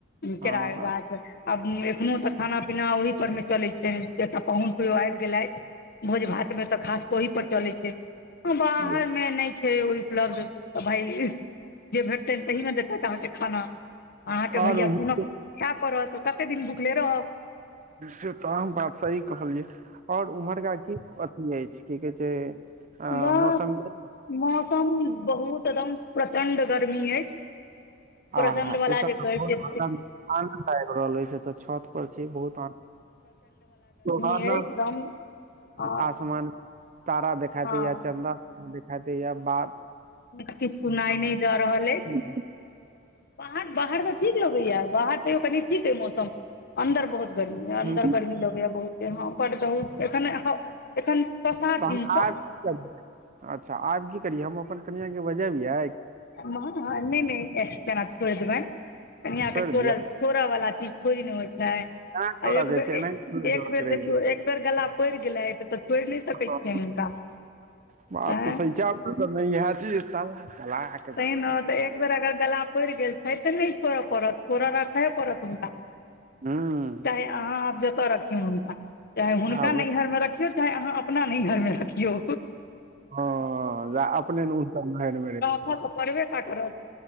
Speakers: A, on the left; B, on the right.
A: केड़ा
B: हँ
A: के
B: हँ
A: गाछ आब एखनो तऽ खाना पीना ओहि पर मे चलैत छै एकटा पाहुन किओ आबि गेलथि भोज भात मे तऽ खास ओहि पर चले छै
B: बुझ-
A: घर मे नहि छै उपलब्ध तऽ भई जे भेटतनि तहीमे देतथि अहाँके खाना अहाँके
B: आओर
A: भैया
B: उम्हर
A: सुनब खाय पड़त तऽ कते दिन भुखले रहब
B: नि तऽम बात सही कहलियै आओर उम्हरका की अथी अछि की कहै छै अ
A: बस
B: मौसम के
A: मौसम बहुत एकदम प्रचंड गर्मी अछि <inaudible> <unintelligible> प्रचंड
B: आ एतय
A: वला
B: तऽ
A: गर्मी
B: बहुत आनन्द आनन्द आबि रहल अछि एतऽ छत पर छी बहुत आनन्द सोहाना
A: अछि एकदम आ
B: आसमान तारा दिखाे
A: हँ
B: या चन्दा दिखाय दै यऽ बाद
A: किछु सुनाइ नहि दऽ रहल अछि
B: <unintelligible>
A: बाहर बाहर तऽ ठीक लगै या बाहर तयो कनि ठीक अइ मौसम अन्दर बहुत गर्मी यऽ अन्दर
B: हूँ
A: गर्मी लगैया बहुते हऽ बहुतै एखन एखन छओ सात
B: तहन
A: दिनसँ
B: आब की कर अच्छा आब की करियै हम अपन कनिआके बजबियै
A: ह नहि नहि जेना छोड़ि देबनि कनिया
B: छोड़ि
A: के छोड़ल
B: दियै
A: छोड़अ वाला चीज थोड़ी न होई छै
B: एना छोड़ऽ
A: आ एक
B: के
A: बेर
B: छै एनाही छोड़ि देबऽ
A: एक बेर
B: के रहै
A: देखियो एक बेर गला पड़ि गेलैथ तऽ छोड़ि नहि सकैत
B: छै
A: छियैन हुनका <inaudible>
B: <unintelligible>
A: आँय तहि ने तऽ एक बेर अगर गला पड़ि गेल छै तऽ नहि छोड़य पड़त छोड़ऽ राखहे पड़त हुनका
B: हूँ
A: चाहे अहाँ आब जतऽ रखियौ हुनका चाहे हुनका
B: हँ वैह
A: नैहरमे रखियौ चाहे अहाँ अपना नैहरमे रखियौ
B: हाँ जा अपने <unintelligible> नहियर मे रहे
A: रखअ तऽ परबे टा करत